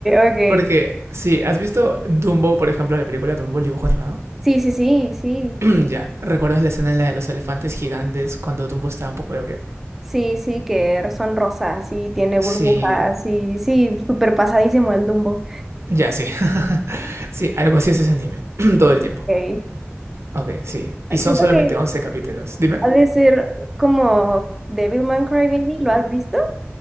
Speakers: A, in the centre; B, on the right.
A: ok.
B: Porque, sí, ¿has visto Dumbo, por ejemplo, la película Dumbo, el dibujo animado?
A: Sí, sí, sí, sí.
B: <clears throat> ya, ¿recuerdas la escena en la de los elefantes gigantes cuando Dumbo estaba un poco ebrio?
A: Sí, sí, que son rosas y tiene burbujas
B: Sí,
A: y sí, súper pasadísimo el Dumbo.
B: ya, sí. <laughs> sí, algo así es ese anime, <clears throat> todo el tiempo.
A: Ok.
B: Ok, sí. Y
A: Siento
B: son solamente
A: que
B: 11 capítulos. Dime.
A: ha de ser como Devilman Crybaby, ¿lo has visto?